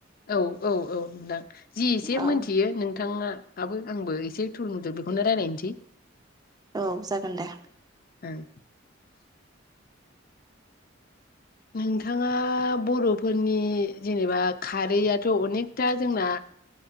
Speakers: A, on the left; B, on the right.
A: औ औ औ नंदां जि एसे
B: औ
A: मिथियो नों नोंथाङाबो आंबो एसे थुलुमु बेखौनो रायलायनोसै
B: औ जागोन दे।
A: ओं नोंथाङा बर'फोरनि जेनेबा खारैयाथ' अनेकथा जोंना